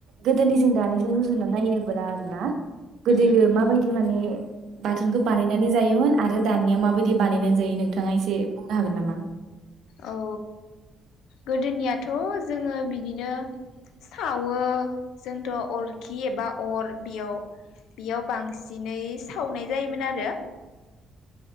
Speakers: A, on the right; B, on the left.
A: गोदोनिजों दानिजों रुजुना नायोब्ला आरो ना गोदोयो
B: उम
A: माबायदि माने बाथोनखौ बानायनानै जायोमोन आरो दानिया माबायदि बानायनानै जायो नोंथाङा एसे जे बुंनो हागोन नामा
B: औ गोदोनियाथ' जोङो बिदिनो सावो जोंथ' अरखि एबा अर बेयाव बेयाव बांसिनै सावनाय जायोमोन आरो